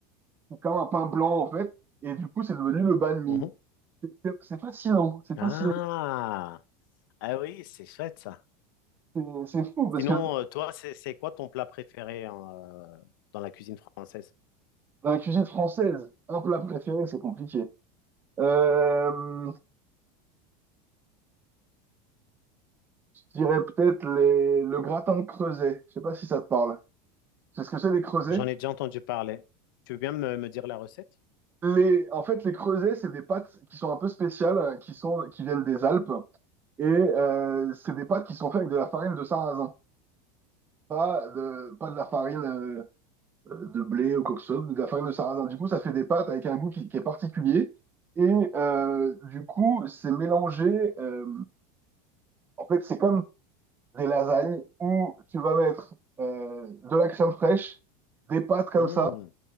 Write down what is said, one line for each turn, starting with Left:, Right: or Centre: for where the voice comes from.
Right: c'est comme un pain blanc en fait, et du coup, c'est devenu le banh mi.
Left: mhm.
Right: C'est c'est- c'est fascinant, c'est
Left: Ah,
Right: fascinant,
Left: ah oui, c'est chouette ça.
Right: c'est c'est fou parce
Left: Sinon,
Right: que
Left: euh, toi, c'est c'est quoi ton plat préféré hein, euh, dans la cuisine française?
Right: dans la cuisine française, un plat préféré, c'est compliqué. Euh, je dirais peut-être les- le gratin de Creuset. Je sais pas si ça te parle. C'est ce que c'est les creusets.
Left: J'en ai déjà entendu parler. Tu veux bien me, me dire la recette?
Right: Les, en fait, les creusets, c'est des pâtes qui sont un peu spéciales, euh, qui sont, qui viennent des Alpes, et euh, c'est des pâtes qui sont faites avec de la farine de sarrasin, pas de, pas de la farine euh, euh, de blé ou quoi que ce soit, mais de la farine de sarrasin. Du coup, ça fait des pâtes avec un goût qui, qui est particulier, et euh, du coup, c'est mélangé. euh, en fait, c'est comme des lasagnes où tu vas mettre euh, de la crème fraîche, des pâtes comme
Left: Hmm.
Right: ça,